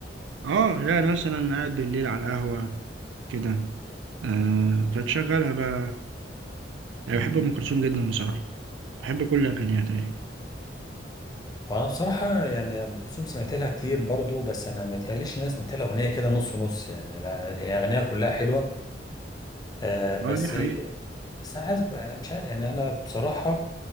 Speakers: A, on the right; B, on the left.
A: اه يعني مثلا قاعد بالليل على القهوة كده آه فتشغلها بقى يعني بحب أم كلثوم جدا بصراحة بحب كل أغانيها تقريبا
B: وانا بصراحه يعني ام كلثوم سمعت لها كتير برضو بس انا ما تهيأليش الناس سمعت لها اغنيه كده نص نص يعني لا هي اغنيه كلها حلوه آه بس
A: اه دي حقيقة
B: بس انا عايز بقى- مش عارف يعني انا بصراحه